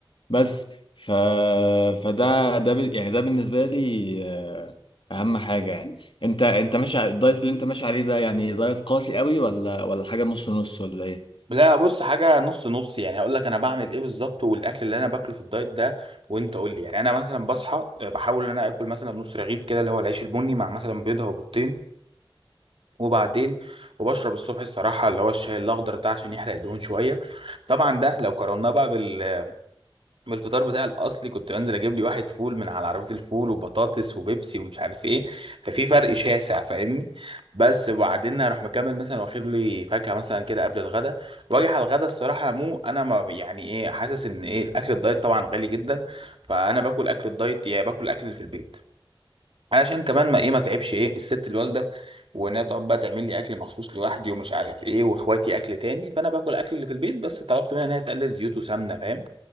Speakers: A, on the left (about 65°); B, on the right (about 75°).
A: بس ف... فده ده بال- يعني ده بالنسبه لي آه، اهم حاجه يعني انت انت ماشي على الدايت اللي انت ماشي عليه ده يعني دايت قاسي قوي ولا ولا حاجه نص نص ولا ايه
B: لا بص حاجة نص نص يعني هقول لك انا بعمل ايه بالظبط والاكل اللي انا باكله في الدايت ده وانت قول لي يعني انا مثلا بصحى آه، بحاول ان انا اكل مثلا نص رغيف كده اللي هو العيش البني مع مثلا بيضة وبيضتين وبعدين وبشرب الصبح الصراحة اللي هو الشاي الاخضر ده عشان يحرق الدهون شوية طبعا ده لو قارناه بقى بال بالفطار بتاعي الاصلي كنت بنزل اجيب لي واحد فول من على عربيه الفول وبطاطس وبيبسي ومش عارف ايه ففي فرق شاسع فاهمني بس وبعدين اروح مكمل مثلا واخد لي فاكهه مثلا كده قبل الغدا واجي على الغدا الصراحه مو انا ما يعني ايه حاسس ان ايه الاكل الدايت طبعا غالي جدا فانا باكل اكل الدايت يعني باكل الاكل اللي في البيت علشان كمان ما ايه ما تعبش ايه الست الوالده وانها تقعد بقى تعمل لي اكل مخصوص لوحدي ومش عارف ايه واخواتي اكل تاني فانا باكل اكل اللي في البيت بس طلبت منها ان هي تقلل زيوت وسمنه فاهم